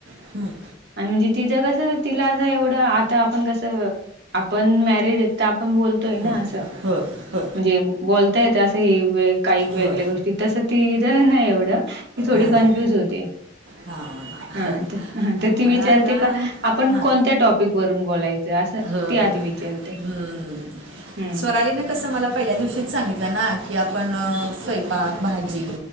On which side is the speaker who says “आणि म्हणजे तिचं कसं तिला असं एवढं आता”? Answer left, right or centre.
Right